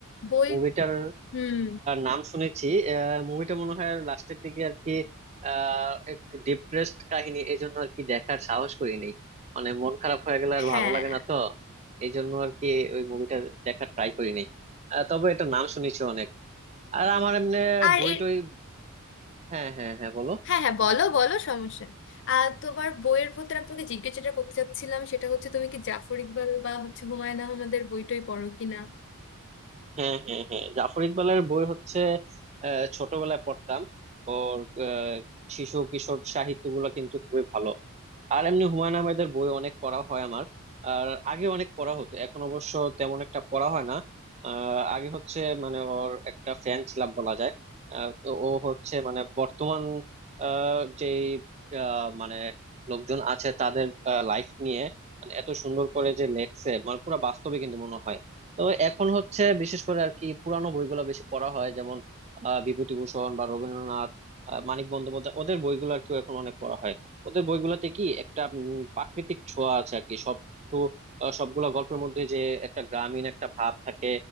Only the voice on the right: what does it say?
মুভিটার
নাম শুনেছি মুভিটা মনে হয় লাস্টের দিকে আর কি আহ, একটু ডিপ্রেসড কাহিনী এই জন্য আর কি দেখার সাহস করি নেই মানে মন খারাপ হয়ে গেলে আর
ভালো লাগে না তো এই জন্য আর কি ওই মুভিটা দেখার ট্রাই করি নেই আহ, তবে এটা নাম শুনেছি অনেক আর আমার এমনি
বই
টই হ্যাঁ হ্যাঁ হ্যাঁ বলো
হ্যাঁ হ্যাঁ হ্যাঁ জাফর ইকবালের বই হচ্ছে আহ, ছোটবেলায় পড়তাম ওর আহ, শিশু কিশোর সাহিত্যগুলো কিন্তু খুবই ভালো আর এমনি হুমায়ুন আহমেদের বই অনেক পড়া হয় আমার আর আগে অনেক পড়া হতো এখন অবশ্য তেমন একটা পড়া হয় না আহ, আগে হচ্ছে মানে ওর একটা ফ্যান ছিলাম বলা যায় আহ, তো ও হচ্ছে মানে বর্তমান আহ, যে আহ, মানে লোকজন আছে তাদের লাইফ নিয়ে মানে এত সুন্দর করে যে লেখছে মানে পুরো বাস্তবে কিন্তু মনে হয় তো এখন হচ্ছে বিশেষ করে আর কি পুরানো বইগুলো বেশি পড়া হয় যেমন আহ, বিভূতিভূষণ বা রবীন্দ্রনাথ আহ, মানিক বন্দ্যোপাধ্যায় ওদের বইগুলো আর কি এখন অনেক পড়া হয় ওদের বইগুলোতে কি একটা উম, প্রাকৃতিক ছোঁয়া আছে আর কি সব কিছু আহ, সবগুলা গল্পের মধ্যে যে একটা গ্রামীণ একটা ভাব থাকে